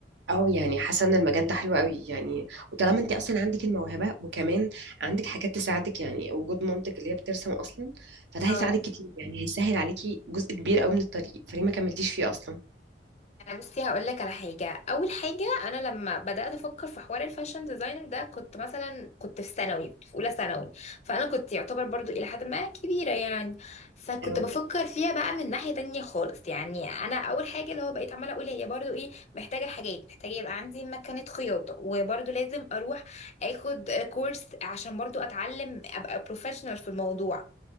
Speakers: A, on the right; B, on the left.
A: اه يعني حاسه ان المجال ده حلو قوي يعني وطالما انت اصلا عندك الموهبه وكمان عندك حاجات تساعدك يعني وجود مامتك اللي هي بترسم اصلا فده
B: اه
A: هيساعدك كتير يعني هيسهل عليكي جزء كبير قوي من الطريق فليه ما كملتيش فيه اصلا
B: بصي هقول لك على حاجه اول حاجه انا لما بدات افكر في حوار الفاشن ديزاينر ده كنت مثلا كنت في ثانوي كنت في اولى ثانوي فانا كنت يعتبر برضو الى حد ما كبيره يعني فكنت
A: اه
B: بفكر فيها بقى من ناحيه تانية خالص يعني انا اول حاجه اللي هو بقيت عماله اقول هي برضو ايه محتاجه حاجات محتاجه يبقى عندي مكنه خياطه وبرضو لازم اروح اخد كورس عشان برضو اتعلم ابقى بروفيشنال في الموضوع